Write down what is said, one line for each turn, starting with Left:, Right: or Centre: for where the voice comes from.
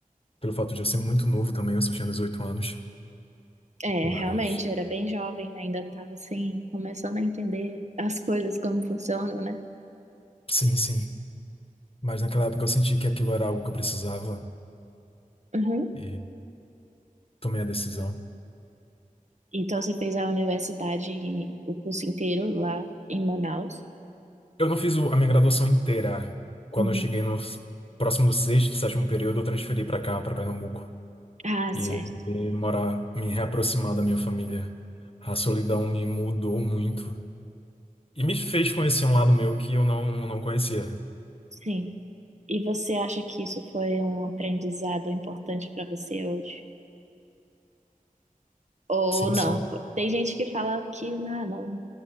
Left: Pelo fato de eu ser muito novo também, eu só tinha 18 anos.
Right: É,
Left: Mas...
Right: realmente, era bem jovem, ainda estava assim, começando a entender as coisas como funcionam, né?
Left: Sim, sim. Mas naquela época eu senti que aquilo era algo que eu precisava
Right: Uhum.
Left: e tomei a decisão.
Right: Então você fez a universidade, o curso inteiro lá em Manaus?
Left: Eu não fiz o- a minha graduação inteira. Quando
Right: Uhum.
Left: eu cheguei no s- próximo do sexto, sétimo período, eu transferi para cá, para Pernambuco.
Right: Ah, certo.
Left: E resolvi morar, me reaproximar da minha família. A solidão me mudou muito. E me fez conhecer um lado meu que eu não, não conhecia.
Right: Sim. E você acha que isso foi um aprendizado importante para você hoje? Ou
Left: Sim,
Right: não?
Left: sim.
Right: Tem gente que fala que, ah, não,